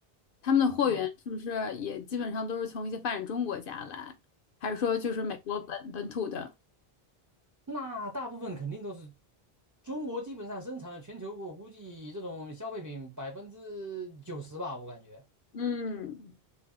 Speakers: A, on the left; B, on the right.
A: 他们的货源是不是也基本上都是从一些发展中国家来，
B: 哦，
A: 还是说就是美国本本土的？
B: 那大部分肯定都是中国基本上生产了全球，我估计这种消费品百分之九十吧，我感觉。
A: 嗯